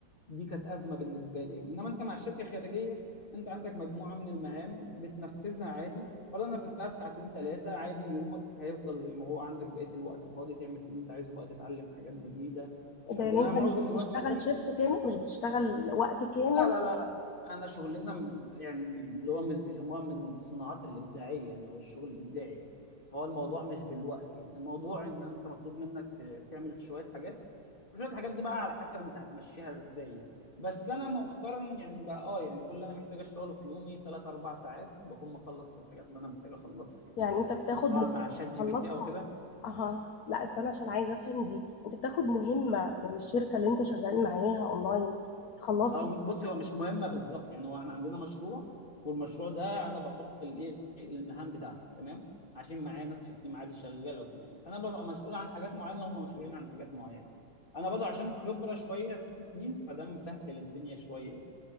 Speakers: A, on the left (about 25°); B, on the left (about 50°).
A: دي كانت ازمه بالنسبه لي يعني انما انت مع الشركه خارجيه انت عندك مجموعه من المهام بتنفذها عادي ولا انا في الساعه ساعتين ثلاثه عادي يومك هيفضل زي ما هو عندك بقيه الوقت فاضي تعمل فيه اللي انت عايزه بقى تتعلم حاجات جديده مش
B: ده
A: عارف
B: يعني
A: يعني
B: انت
A: انا معظم
B: مش
A: الوقت
B: بتشتغل
A: مثلا
B: شيفت كامل مش بتشتغل وقت كامل
A: لا لا لا لا انا شغلنا من يعني من- اللي هو من بيسموها من الصناعات الابداعيه يعني او الشغل الابداعي يعني فهو الموضوع مش بالوقت يعني الموضوع ان انت مطلوب منك ت- تعمل شويه حاجات وشويه الحاجات دي بقى على حسب انت هتمشيها ازاي يعني بس انا مؤخرا يعني بقى اه يعني كل اللي انا محتاج اشتغله في يومي 3 4 ساعات بكون مخلص الحاجات اللي انا محتاج اخلصها يعني
B: يعني انت بتاخد
A: طبعا
B: مهمه
A: مع شات
B: تخلصها
A: جي بي تي او كده
B: اها لا استنى عشان عايزه افهم دي انت بتاخد مهمه من الشركه اللي انت شغال معاها اونلاين تخلصها
A: او بص هو مش مهمه بالظبط يعني هو احنا عندنا مشروع والمشروع ده انا بحط الايه المهام بتاعته تمام عشان معايا ناس في التيم عادي شغاله وكده يعني فانا ببقى مسؤول عن حاجات معينه هم مسؤولين عن حاجات معينه انا برضه عشان خبره شويه ست سنين فده مسهل الدنيا شويه يعني